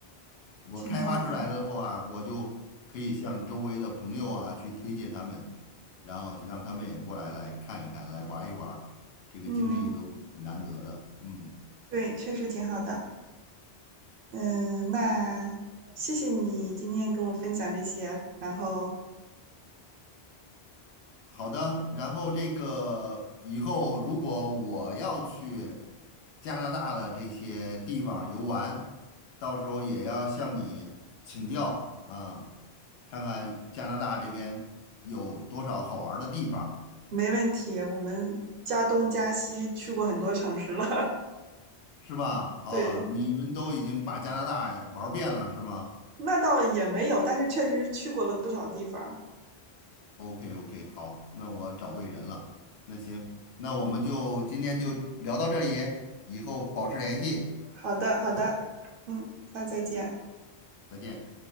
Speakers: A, on the left; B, on the right.
A: 我开发出来的话，
B: 挺好的。
A: 我就可以向周围的朋友啊去推荐他们，然后就让他们也过来来看一看，来玩一玩儿，这个经历都挺难得的，
B: 嗯，
A: 嗯。
B: 对，确实挺好的。嗯，那谢谢你今天给我分享这些，然后
A: 好的，然后这个以后如果我要去加拿大的这些地方游玩，到时候也要向你请教啊，看看加拿大这边有多少好玩儿的地方，
B: 没问题，我们加东加西去过很多城市了。
A: 是吧？
B: <laughs>
A: 哦，
B: 对，
A: 你们都已经把加拿大玩儿遍了，是吗
B: 那倒也没有，但是确实去过了不少地方。
A: ？OK OK，好，那我找对人了。那行，那我们就今天就聊到这里，以后保持联系，
B: 好的，好的，嗯，那再见。
A: 再见。